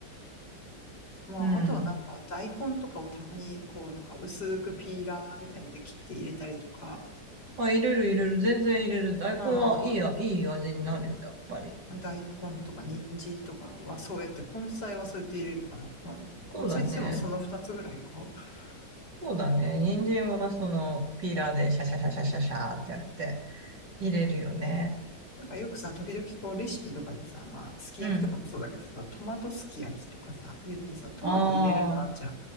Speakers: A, on the left; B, on the right.
A: まあ、
B: うん。
A: あとはなんか大根とかをたまにこうなんか薄くピーラーみたいなんで切って入れたりとか、
B: うん。あ、入れる入れる、全然入れる。大根はいいや、
A: うん。
B: いい味になるよ、やっぱり。
A: 大根とか人参とかはそうやって、根菜はそうやって入れるかな。まあ、
B: そうだね。
A: 根菜って言ってもその二つぐらいか。
B: そうだね。
A: ね。
B: 人参はそのピーラーでシャシャシャシャシャシャーってやって入れるよね。
A: なんかよくさ、時々こうレシピとかでさ、まあ、すき焼きとかもそうだけどさ、
B: うん。
A: トマトすき焼きとかさ、言ってさ、トマト入れるのあんじゃ
B: あ